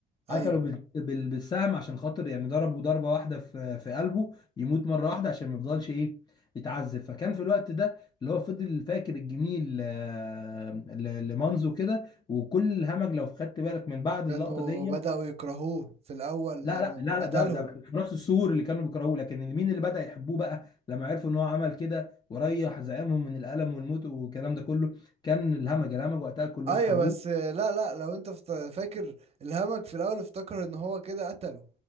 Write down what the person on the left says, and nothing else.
قتله بال- بال- بالسهم عشان خاطر يعني ضربه ضربة واحدة في في قلبه يموت مرة واحدة عشان ما يفضلش ايه يتعذب فكان في الوقت ده اللي هو فضل فاكر الجميل آه، ل- لمانزو كده وكل الهمج لو خدت بالك من بعد
اللقطة دي
لا
لا لا
لا ده ده حراس السور اللي كانوا بيكرهوه لكن مين اللي بدأ يحبوه بقى لما عرفوا ان هو عمل كده وريح زعيمهم من الألم والموت والكلام ده كله كان الهمج الهمج وقتها كلهم
حبوه